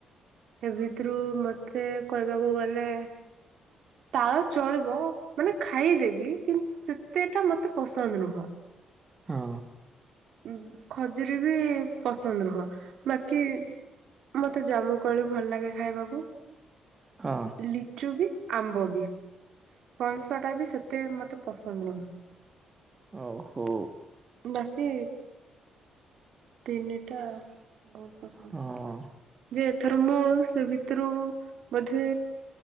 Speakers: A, on the right; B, on the right.
A: ଏ ଭିତରୁ ମତେ କହିବାକୁ ଗଲେ ତାଳ ଚଳିବ ମାନେ ଖାଇଦେବି କିନ୍ତୁ ସେତେଟା ମତେ ପସନ୍ଦ୍ ନୁହଁ।
B: ହଁ।
A: ଉମ୍ ଖଜୁରୀ ବି ପସନ୍ଦ୍ ନୁହଁ। ବାକି ମତେ ଜାମୁକୋଳି ଭଲ୍ ଲାଗେ ଖାଇବାକୁ।
B: ହଁ
A: ଲିଚୁ ବି ଆମ୍ବ ବି। ପଣସଟା ବି ସେତେ ମତେ ପସନ୍ଦ୍ ନୁହଁ।
B: ଆଉ ହୋ।
A: ବାକି ତିନିଟା ବହୁତ୍ ପସନ୍ଦ୍।
B: ହଁ।
A: ଯେ ଏଥର ମୁଁ ସେ ଭିତରୁ ବୋଧେ